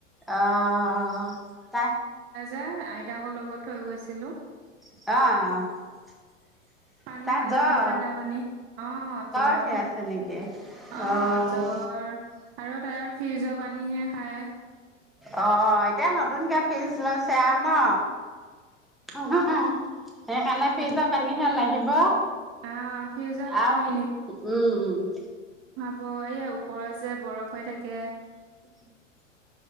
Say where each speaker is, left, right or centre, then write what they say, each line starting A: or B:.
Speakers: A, in the centre; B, on the right.
A: অহ, তাই
B: যায় আইতাকৰ লগত থৈ গৈছিলো।
A: অহ - অ
B: পানী
A: তাত
B: খালে
A: জ্বৰ,
B: যে ঠাণ্ডা পানী অহ জ্বৰ
A: উঠি
B: -অহ
A: আছে নেকি? অ',
B: জ্বৰ আৰু তাই ফ্ৰিজৰ পানী হে খায়।
A: অহ, এতিয়া নতুনকে ফ্ৰীজ লৈছ <unintelligible> ন <unintelligible> সেইকাৰণে
B: অ
A: ফিজৰ পানীহে লাগিব
B: আহ ফ্ৰিজৰ পানী
A: আৰু উম।
B: ব এইয়া ওপৰত যে বৰফ হৈ থাকে
A: <inaudible>